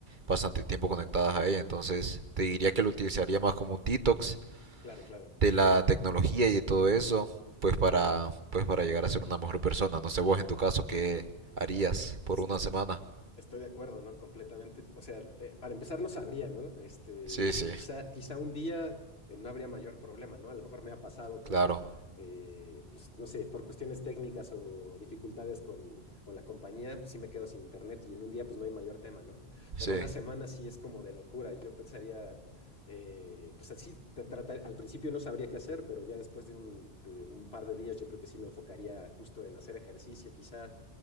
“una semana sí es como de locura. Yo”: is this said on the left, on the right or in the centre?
Left